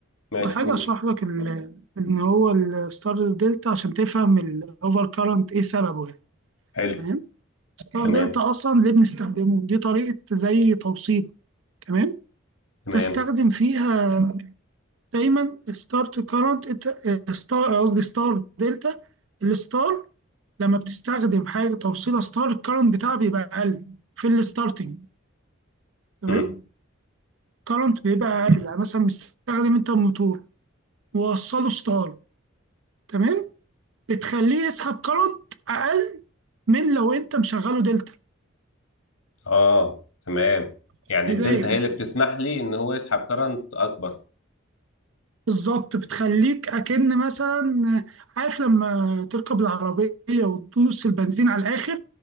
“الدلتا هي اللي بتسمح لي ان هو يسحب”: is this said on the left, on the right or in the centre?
Left